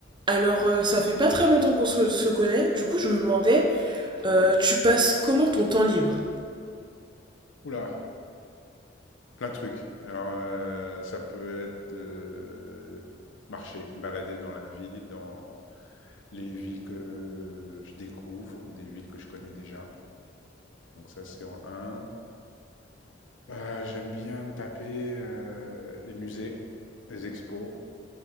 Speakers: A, on the right; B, on the left.
A: Alors, euh, ça fait pas très longtemps qu'on se, se connaît. Du coup, je me demandais, euh,
B: Ouais.
A: tu passes comment ton temps libre?
B: Oula, plein de trucs. Alors, euh, ça peut être euh, marcher, balader dans la ville, dans les villes que je découvre ou des villes que je connais déjà. Donc ça, c'est en un. Euh, j'aime bien me taper euh, les musées, les expos.